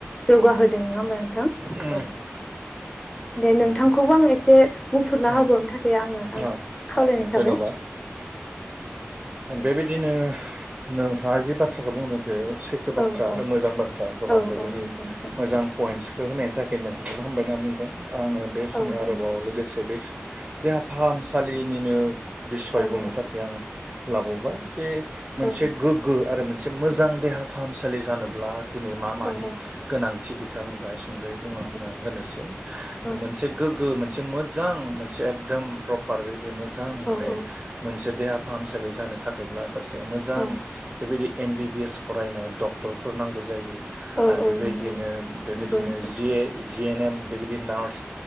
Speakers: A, on the left (about 15°); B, on the right (about 20°).
A: जौगाहोदों नङा होमबा नोंथां
B: उम,
A: औ दे नोंथांखौबो
B: नंगौ
A: आं एसे बुंफुरना
B: उम,
A: होबावनो थाखाय आङो आं
B: अ,
A: खावलायनाय
B: उम,
A: था
B: धन्यबाद बेबायदिनो नोंथाङा जि बाथ्राखौ बुंदों बे सैथो बाथ्रा
A: औ औ
B: आरो मोजां बाथ्रा गोबां
A: औ
B: बेबायदि
A: औ नंगौ नोंथां
B: मोजां पइन्टस स होनायनि थाखैनो नोंथांखोबो हामबाय होनना बुंदों आङो बे समाव
A: औ
B: आरोबाव
A: नोंथां
B: लोगोसे बेस देहा फाहामसालिनिनो बिसय
A: औ
B: बुंनो
A: औ
B: थाखाय आं लाबावबाय जे मोनसे
A: औ नोंथां
B: गोग्गो आरो मोन से मोजां देहा फाहामसालि जानोब्ला दिनै मा मानि
A: औ
B: गोनां थि बिखां बायस सुंदयै
A: औ
B: बुंलांनो
A: नंगौ नोंथां
B: होनोसै
A: औ
B: मोनसे गोगो मोन से मोजां मोनसे एकदम प्रपार बेबादि मोजां फाय
A: औ औ
B: मोनसे देहा फाहामसालि जानो थाखायैब्ला सासे मोजां
A: नंगौ
B: बेबायदि एम बि बि एस फरायनाय डक्टरफोर नांगौ जायो।
A: नंगौ
B: आरो बेबायदियैनो
A: नोंथां
B: बेबायदिनो जि ए जि एन एम बेबायदि नार्स